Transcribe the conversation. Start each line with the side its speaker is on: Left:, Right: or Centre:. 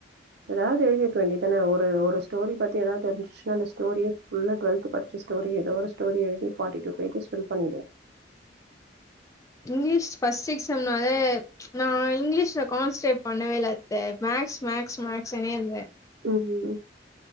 Right: ஏதாவது எழுதிக்க வேண்டியதானே ஒரு ஒரு ஸ்டோரி பத்தி ஏதாவது தெரிஞ்சுச்சுன்னா அந்த ஸ்டோரி புல்லா டுவெல்த் படிச்ச ஸ்டோரி ஏதோ ஒரு ஸ்டோரி எழுதி ஃபார்ட்டி டூ பேஜஸ் பண்ணிடுவேன்
Left: இங்கிலீஷ் ஃபர்ஸ்ட் எக்ஸாம்னால நா இங்கிலீஷ்ல கான்சன்ட்ரேட் பண்ணவே இல்ல மேக்ஸ் மேக்ஸ் மேக்ஸ்னே இருந்தே
Right: உம்